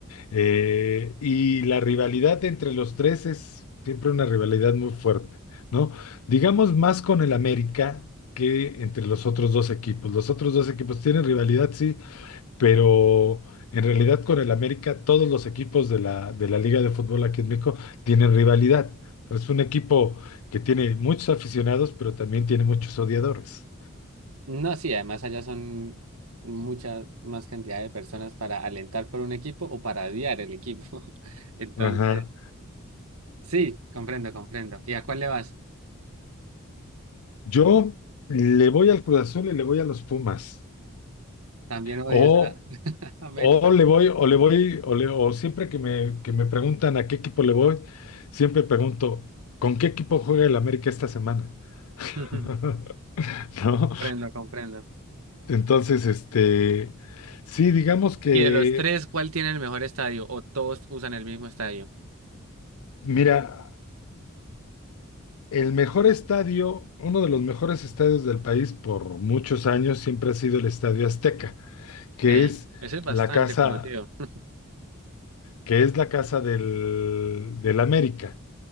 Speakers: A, on the left; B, on the right.
A: Eh, y la rivalidad entre los tres es siempre una rivalidad muy fuerte, ¿no? Digamos más con el América. que entre los otros dos equipos. Los otros dos equipos tienen rivalidad, sí, pero en realidad con el América todos los equipos de la, de la Liga de Fútbol aquí en México tienen rivalidad. Pues es un equipo que tiene muchos aficionados, pero también tiene muchos odiadores.
B: No, sí, además allá son mucha más cantidad de personas para alentar por un equipo o para odiar el equipo. <laughs> Entonces,
A: Ajá.
B: sí, comprendo, comprendo. ¿Y a cuál le vas?
A: Yo le voy al Cruz Azul y le voy a los Pumas.
B: También odias
A: O,
B: a <laughs> América.
A: o le voy, o le voy, o, le- o siempre que me, que me preguntan a qué equipo le voy, siempre pregunto, ¿con qué equipo juega el América esta semana?
B: <laughs>
A: <laughs> ¿No?
B: Comprendo, comprendo.
A: Entonces, este, sí, digamos que,
B: Y de los tres, ¿cuál tiene el mejor estadio? ¿O todos usan el mismo estadio?
A: mira, el mejor estadio, uno de los mejores estadios del país por muchos años siempre ha sido el Estadio Azteca, que
B: Sí,
A: es
B: ese es bastante
A: la casa,
B: conocido. <laughs>
A: que es la casa del, del América.